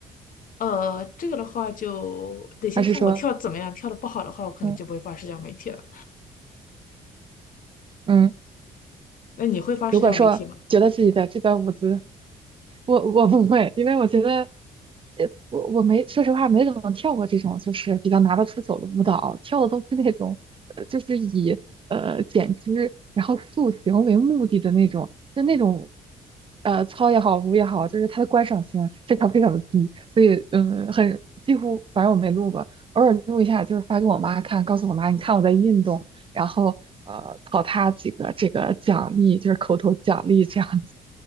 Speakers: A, on the left; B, on the right.
A: 呃，这个的话就得先看我跳得怎么样，
B: 还是说，
A: 跳的不好的话，我可能就不会发社交媒体了。
B: 嗯嗯
A: 那你会发社交媒体吗？
B: 如果说觉得自己的这段舞姿，我我不会，因为我觉得，呃，我我没说实话没怎么跳过这种就是比较拿得出手的舞蹈，跳的都是那种，呃，就是以呃减脂然后塑形为目的的那种，就那种，呃，操也好，舞也好，就是它的观赏性非常非常的低，所以嗯，很几乎反正我没录过，偶尔录一下，就是发给我妈看，告诉我妈你看我在运动。然后呃考他几个这个奖励，就是口头奖励这样子。